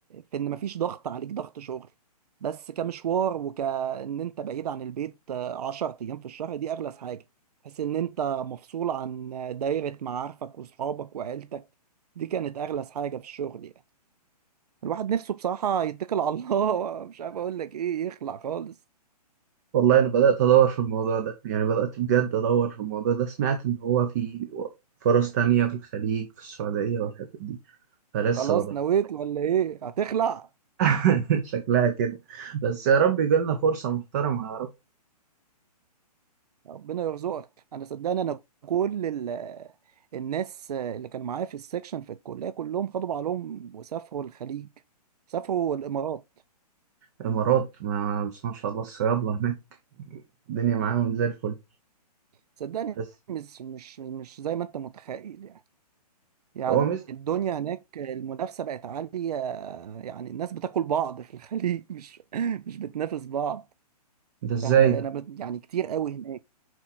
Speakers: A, on the right (about 70°); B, on the right (about 25°).
A: في ان مفيش ضغط عليك ضغط شغل بس كمشوار وكأن انت بعيد عن البيت عشر ايام في الشهر دي اغلس حاجة تحس ان انت مفصول عن دايرة معارفك واصحابك وعيلتك دي كانت اغلس حاجة في الشغل يعني الواحد نفسه بصراحة يتكل على الله <laughs> مش عارف اقول لك ايه يخلع خالص
B: والله أنا بدأت أدور في الموضوع ده يعني بدأت بجد أدور في الموضوع ده سمعت إن هو في فرص تانية في الخليج في السعودية والحتت دي فلسه
A: خلاص
B: وضع
A: نويت ولا ايه هتخلع
B: <laughs> شكلها كده بس يا رب يجيلنا فرصة محترمة يا رب
A: ربنا يرزقك انا صدقني انا كل ال الناس اللي كانوا معايا في السكشن في الكلية كلهم خدوا بعضهم وسافروا الخليج سافروا الامارات
B: الإمارات ما بس ما شاء الله الصيادلة هناك الدنيا معاهم زي الفل
A: صدقني
B: بس
A: مش مش مش زي ما انت متخيل يعني يعني
B: هو مش
A: الدنيا هناك المنافسة بقت عالية يعني الناس بتاكل بعض في الخليج مش مش بتنافس بعض
B: ده ازاي
A: احنا بقينا
B: ده
A: بت... يعني كتير قوي هناك